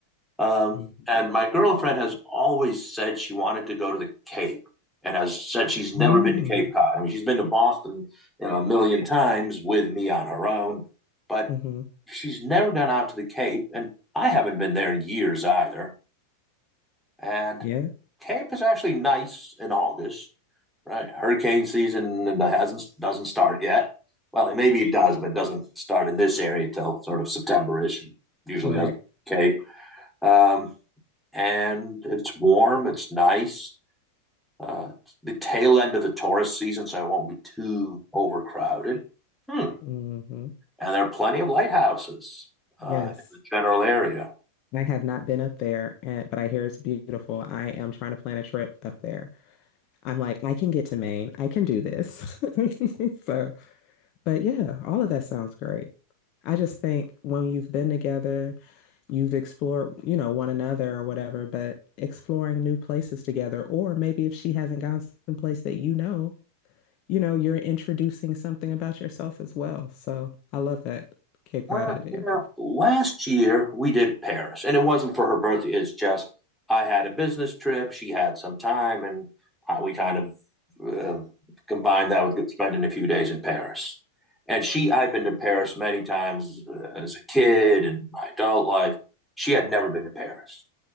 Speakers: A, in the centre; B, on the left (about 40°).
A: Um,
B: hmm
A: and my girlfriend has always said she wanted to go to the Cape and has said she's never
B: Oh.
A: been to Cape Cod. I mean, she's been to Boston you know, a million times with me on her own, but
B: hmm
A: she's never gone out to the Cape. And I haven't been there in years either. And
B: Yeah.
A: camp is actually nice in August, right? Hurricane season and hasn't doesn't start yet. Well, maybe it does, but it doesn't start in this area till sort of September-ish. It usually
B: Right.
A: does Cape. Um, and it's warm. It's nice. Uh, it's the tail end of the tourist season, so it won't be too overcrowded. Hmm.
B: hmm
A: And there are plenty of lighthouses uh,
B: Yes.
A: in the general area.
B: I have not been up there, and, but I hear it's beautiful. I am trying to plan a trip up there. I'm like, I can get to Maine. I can do this. <laughs> So, but yeah, all of that sounds great. I just think when you've been together you've explored, you know, one another or whatever, but exploring new places together. Or maybe if she hasn't gone someplace that you know, you know, you're introducing something about yourself as well. So I love that Cape
A: Well,
B: Cod idea.
A: you know, last year we did Paris, and it wasn't for her birthday. It's just I had a business trip, she had some time, and I, we kind of uh, combined that with spending a few days in Paris. And she, I've been to Paris many times uh, as a kid and my adult life. She had never been to Paris